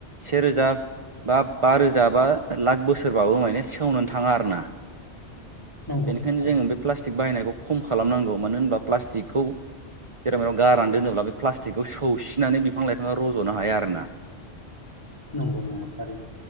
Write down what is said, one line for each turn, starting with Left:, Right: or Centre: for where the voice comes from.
Right: सेेरोजा बा-बा रोजा बा लाख बोसोरबाबो माने सेवनानै थां थाङा आरोना
Left: नंगौ
Right: बेनिखायनो
Left: थारै
Right: जोङो बेक बाहायनाय खम खालामनांगौ मानो होनबा प्लास्टिकखौ जेराव बेेराव गारान दोनोब्ला बे प्लास्टिकखौ सौसिनानै बिफां लाइफाङा रज'नो हाया आरोना
Left: नंगौ नंगौथारै